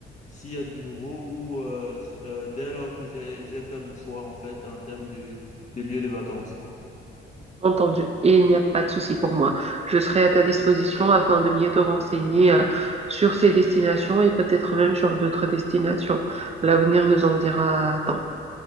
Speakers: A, on the left (about 35°); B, on the right (about 30°).
A: s'il y a de nouveau ou euh, s- euh, dès lors que j'ai, j'ai fait mon choix, en fait, en termes de, de lieu de vacances.
B: Entendu. Et il n'y a pas de souci pour moi. Je serai à ta disposition afin de mieux te renseigner euh, sur ces destinations et peut-être même sur d'autres destinations. L'avenir nous en dira tant.